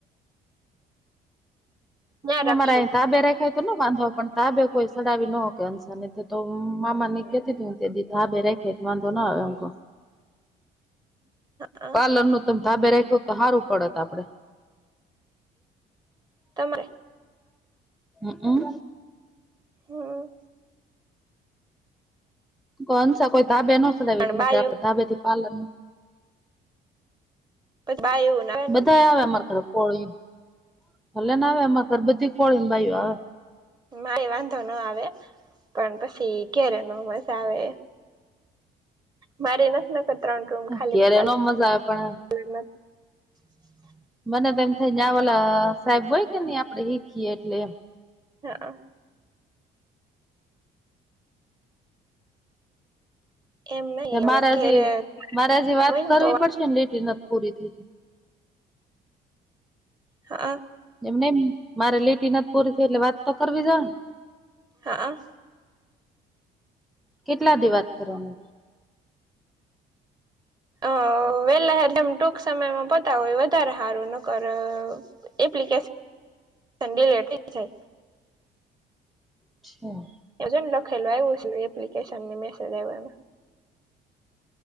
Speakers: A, on the right; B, in the centre.
A: ન્યા
B: હુ
A: રાખશું
B: અમારા ધાબે રાખશો દખાય તો ન વાંધો પણ તાબે કોઈ સડાવી ન હોકે અંશને તો મામા ની કેતી તું તેડી ધાબે રાખે તો વાંધો ના આવે હું કૌ
A: હા
B: પાર્લર નું મ ધાબે રાખ્યો તો સારું પડત આપડે
A: તમે
B: હમ
A: હમ
B: કો અંસા કોઈ ધાબે ન સલાડે
A: પણ બાયું
B: ધાબે થી પાલનું
A: બાયું આવે ને
B: બધા આવે અમારે ઘરે. કોળીઓ ભલે ને આવે એમાં ઘરબધી કોળી ને ભાઈઓ આવે
A: મારી વાંધો ન આવે પણ પછી ઘેરે ન મજા આવે મારે નથી ત્રણ રૂમ ખાલી
B: ઘેરે
A: પાર્લર
B: નો મજા આવે પણ
A: <unintelligible>
B: મને તો એમ થાય જા ઓલા સાહેબ હોય કે નહી આપડે શીખીએ એટલે એમ
A: હા એમ નહી
B: મારેજી
A: ઘેરે
B: મારેજી વાત
A: હોય ને
B: કરવી
A: તો
B: પડશે ને લીટી નથી પૂરી થઈ
A: હા
B: એમ નેમ મારે લેટી નથી પૂરી થ એટલે વાત તો કરવી જો હે ને.
A: હા.
B: કેટલા દ વાત કરવાનું?
A: અ વેલા હરદમ ટૂંક સમયમાં પતા હોય વધારે સારું ન કર. એપ્લિકેશન સડે લેટ જાય.
B: અચ્છા.
A: એજ લખેલ આવી એપ્લિકેશન ને મેસેજમાં.